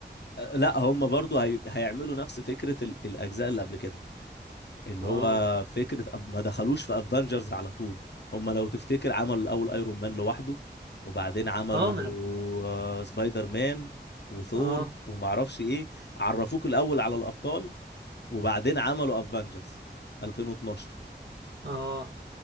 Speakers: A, on the left (about 70°); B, on the right (about 70°).
A: لا هم برضو هي... هيعملوا نفس فكرة ال... الاجزاء اللي قبل كده اللي
B: اه
A: هو فكرة أف- ما دخلوش في افنجرز على طول هم لو تفتكر عملوا الأول ايرون مان لوحده وبعدين عملوا
B: اه ما انا
A: آه، سبايدر مان وثور
B: اه
A: ومعرفش ايه عرفوك الأول على الأبطال وبعدين عملوا افنجرز 2012
B: اه